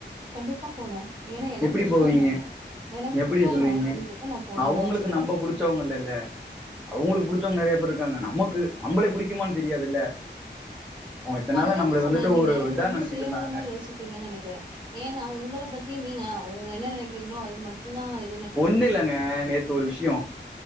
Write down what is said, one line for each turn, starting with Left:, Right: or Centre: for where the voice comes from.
Right: கண்டிப்பா போவே ஏன்னா எனக்கு
Centre: எப்டி
Right: புடிச்சவங்க
Centre: போவீங்க
Right: அவங்க எனக்கு
Centre: எப்டி
Right: புடிச்சவங்க
Centre: சொல்லுவீங்க
Right: அப்டிங்கறப்ப நா போய்தா
Centre: அவங்களுக்கு
Right: ஏசுவே
Centre: நம்ம புடிச்சவங்க இல்லல்ல அவங்களுக்கு புடிச்சவங்க நெறய பேர் இருக்காங்க நமக்கு நம்மள பிடிக்குமான் தெரியாதுல்ல அவங்க இத்தன் நாளா
Right: அது தாங்க
Centre: நம்மள
Right: சொல்ற
Centre: வந்துட்டு
Right: நீங்க
Centre: ஒரு இதா
Right: ரொம்ப
Centre: நெனச்சிட்டு
Right: சுய
Centre: இருந்தாங்க
Right: நலமா யோசிக்கிறீங்கனு நெனைக்கிறே ஏன்னா உங்கள பத்தி நீங்க உங்க என்ன நினைக்கிறீங்களோ அது மட்டும்தா இ
Centre: ஒன்னு இல்லங்க நேத்து ஒரு விஷய